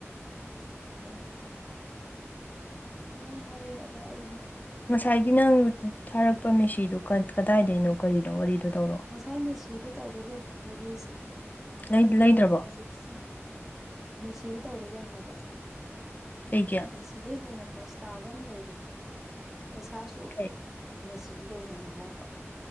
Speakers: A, in the centre; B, on the left (about 35°).
A: ꯎꯝ ꯑꯗꯥꯥꯏ ꯍꯥꯏꯌꯦ ꯑꯗ ꯑꯩꯅ
B: ꯉꯁꯥꯏꯒꯤ ꯅꯪ ꯊꯥꯔꯛꯄ ꯃꯦꯁꯤꯗꯣ ꯀꯗꯥꯏꯗꯅꯣ ꯀꯔꯤꯅꯣ ꯋꯥꯔꯤꯗꯣ ꯇꯧꯔꯣ
A: ꯉꯁꯥꯏ ꯃꯦꯁꯤꯗ ꯇꯧꯔꯔꯣꯏ ꯋꯥꯔꯤꯁꯦ
B: ꯂꯩ ꯂꯩꯗ꯭ꯔꯕꯣ
A: ꯍꯧꯖꯤꯛꯁꯦ ꯃꯦꯁꯤꯗ ꯇꯧꯔꯔꯣꯏ ꯍꯥꯏꯕ
B: ꯀꯩꯏꯒꯤ
A: ꯁꯤꯗ ꯍꯦꯟꯅ ꯄꯣꯁ ꯇꯥꯕ ꯑꯃ ꯂꯩꯔꯦ ꯄꯩꯁꯥꯁꯨ
B: ꯀꯩ
A: ꯃꯦꯁꯤ ꯑꯗꯨꯗꯩ ꯍꯦꯟꯅ ꯍꯣꯡꯕ